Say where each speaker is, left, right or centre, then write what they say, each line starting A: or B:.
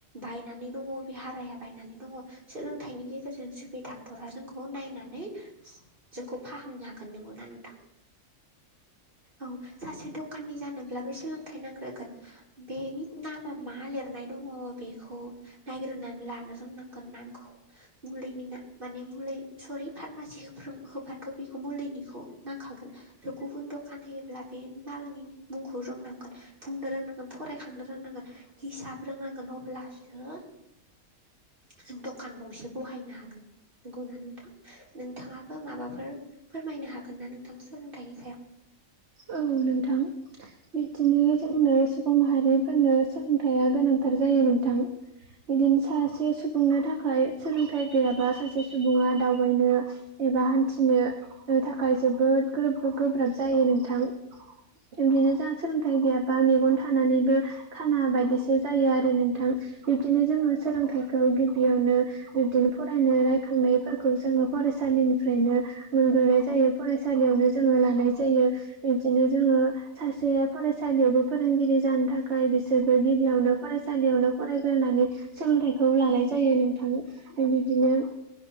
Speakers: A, on the right; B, on the right.
A: बायनानै दङ बे हाराया बायनानै दङ सोलोंथाइनि गेजेरजों बि डाक्टरा जोंखौ नायनानै जोंखौ फाहामनो हागोन नंगौना नोंथां औ सासे दकानि जानोब्लाबो सोलोंथाइ नांग्रोगोन बेनि नामा मा लिरनाय दङ बेखौ नायग्रोनानै लानो रोंनांगोन नामखौ मुलिनि ना माने मुलै सरि फार्मासि होबाथ' बेखौ मुलिनिखौ नांखागोन आरो गुबुन दखान होयोब्ला बे मालनि मुंखौ रोंनांगोन बुंनो रोंनांगोन फरायखांनो रोंनांगोन हिसाब रोंनांगोन अब्लासो जों दखान गंसे बहायनो हागोन। नंगौना नोंथां? नोंथाङाबो माबाफोर फोरमायनो हागोन ना नोंथां सोलोंथाइनि सायाव?
B: औ नोंथां। बिदिनो जोंनो सुबुं माहारिफोरनो सोलोंथाइया गोनांथार जायो नोंथां। बिदिनो सासे सुबुंनो थाखाय सोलोंथाइ गैयाबा सासे सुबुङा दावबायनो एबा हान्थिनो ओ थाखाय जोबोद गोब्रो गोब्राब जायो नोंथां। बिदिनो जोंहा सोलोंथाइ गैयाबा मेगन थानानैबो खाना बायदिसो जायो आरो नोंथां बिब्दिनो जोङो सोलोंथाइखौ गिबियावनो बिब्दिनो फरायनो रायखांनायफोरखौ जोङो फरायसालिनिफ्रायनो मोनग्रोनाय जायो फरायसालियावनो जोङो लानाय जायो बिदिनो जोङो सासे फरायसालियावबो फोरोंगिरि जानो थाखाय बिसोरबो गिबियावनो फरायसालियावनो फरायग्रोनानै सोलोंथाइखौ लानाय जायो नोंथां बिदिनो